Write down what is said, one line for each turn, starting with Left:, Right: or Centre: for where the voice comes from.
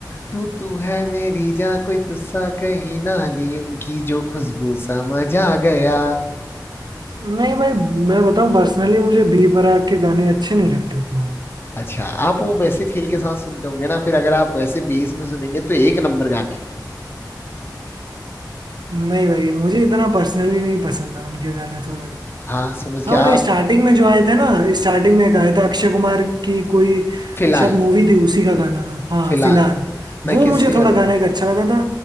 Left: तू तू है मेरी जान कोई तुस्सा कहीं ना ली उनकी जो खुशबू समझ आ गया
Right: नहीं भाई मैं बताऊं पर्सनली मुझे बी बराक के गाने अच्छे नहीं लगते उतना
Left: अच्छा आप वो वैसे फील के साथ सुनते होंगे ना फिर अगर आप वैसे बेस में सुनेंगे तो एक नंबर गाने
Right: नहीं भाई मुझे इतना पर्सनली नहीं पसंद है उनके गाने थोड़े
Left: हाँ समझ
Right: हाँ
Left: के आप
Right: मतलब स्टार्टिंग में जो आए थे ना स्टार्टिंग में एक आया था अक्षय कुमार की कोई
Left: फिलहाल
Right: शायद मूवी थी उसी का गाना था हाँ
Left: फिलहाल
Right: फिलहाल
Left: मैं
Right: वो
Left: किसी
Right: मुझे थोड़ा
Left: और
Right: गाना
Left: का हूँ
Right: एक अच्छा लगा था